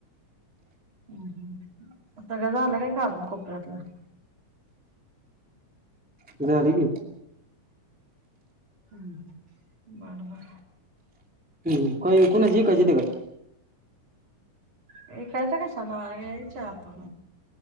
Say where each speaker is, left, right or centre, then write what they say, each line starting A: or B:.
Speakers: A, on the right; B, in the centre.
A: हम सगळं झालं काय कारण कोपऱ्यातलं.
B: कुठ झाले की.
A: हम् बबा.
B: हम् काय कुणाची विकायची होती का
A: हे कायचं का सला यायच आता <unintelligible>
B: हम्